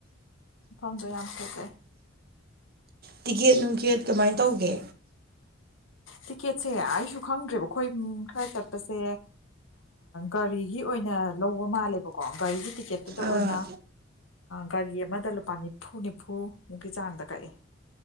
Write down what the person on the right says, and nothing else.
ꯇꯤꯛꯀꯦꯠ ꯅꯨꯡꯀꯦꯠ ꯀꯃꯥꯏꯅ ꯇꯧꯒꯦ
ꯑꯥ